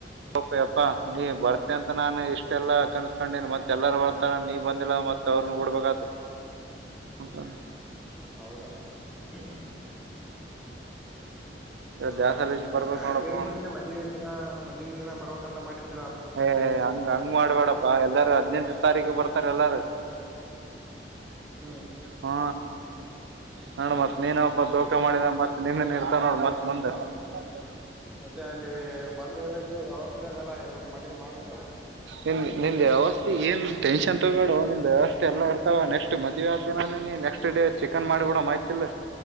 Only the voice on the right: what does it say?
ಪಪ್ಪಾ ನೀ ಬರ್ತೆ ಅಂತ ನಾನು. ಇಷ್ಟೆಲ್ಲಾ ಕನ್ಸ್ಕೊಂಡೀನ್ ಮತ್ತತ್ ಎಲ್ಲಾರ ಬರ್ತಾರ ನೀವ್ ಬಂದಿಲ್ಲ ಮತ್ ಅವ್ರನ್ನ ಹುಡ್ಬೇಕ ಆತ. ಹೌದ.
ಇವತ್ತ್
ದ್ಯಾಸಲಿಸಿ
ಬರ್ಬೇಕ್
ನೋಡಪ್ಪೋ
ಏ ಹಂಗ್ ಹಂಗ್ ಮಾಡ್ಬೇಡಪ್ಪಾ ಎಲ್ಲಾರ ಹದಿನೈದು ತಾರೀಕು ಬರ್ತ. ಎಲ್ಲಾರ <unintelligible>
ಹ್ಮ. ನೋಡ ಮತ್ತ್ ನೀನ ಒಬ್ಬ ದೋಕ ಮಾಡಿದ ಮತ್ತತ್ ನಿನ್ನೆ ಇರ್ತ ನೋಡ ಮತ್ ಮುಂದೆ.. <unintelligible>
ನಿನ್ ನಿನ್ ವ್ಯವಸ್ಥೆ ಏನ್ ಟೆನ್ಷನ್ ತೊಗೋ ನಿಂದು ವ್ಯವಸ್ಥೆ ಎಲ್ಲ ಹೊಡ್ತ ನೆಕ್ಸ್ಟ್. ಮದ್ವೆ ಆದ ದಿನಾನ ನೀ ನೆಕ್ಸ್ಟ್ ಡೇ ಚಿಕನ್ ಮಾಡಿಬಡ ಐತಿಲ್ಲ.